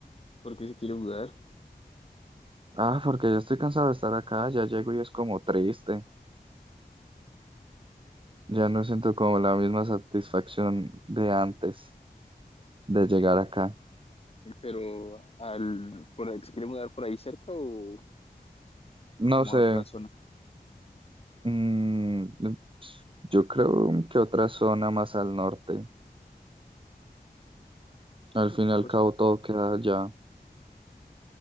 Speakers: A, on the left; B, on the right.
A: porque se quiere mudar.
B: Ah, porque ya estoy cansado de estar acá, ya llego y es como triste. Ya no siento como la misma satisfacción de antes de llegar acá.
A: Pero al, por ahí, ¿se quiere mudar por ahí cerca o como
B: No sé,
A: a otra zona?
B: mm, yo creo que otra zona más al norte. Al fin y al
A: Pues
B: cabo todo queda allá.